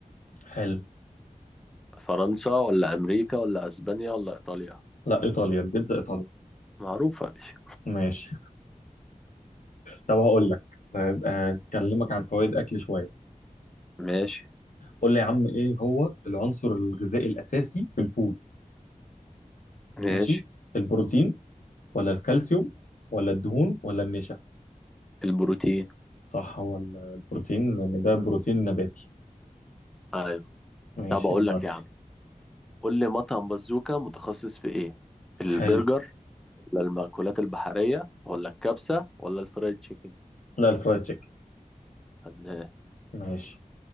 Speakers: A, on the left; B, in the centre.
A: حلو
B: فرنسا ولا أمريكا ولا أسبانيا ولا إيطاليا
A: لا ايطاليا البيتزا ايطاليا
B: معروفة يا باشا
A: ماشي طب هقول لك آه، آه، اكلمك عن فوائد اكل شويه
B: ماشي
A: قول لي يا عم ايه هو العنصر الغذائي الاساسي في الفول
B: ماشي
A: ماشي البروتين ولا الكالسيوم ولا الدهون ولا النشا
B: البروتين
A: صح هو ال- البروتين لان ده بروتين نباتي
B: أيوة
A: ماشي
B: طب أقول
A: يلا
B: لك
A: انت
B: يا عم قول لي مطعم بازوكا متخصص في إيه البرجر
A: حلو
B: ولا المأكولات البحرية ولا الكبسة ولا الفرايد تشيكن
A: لا الفرايد تشيكن
B: فنان
A: ماشي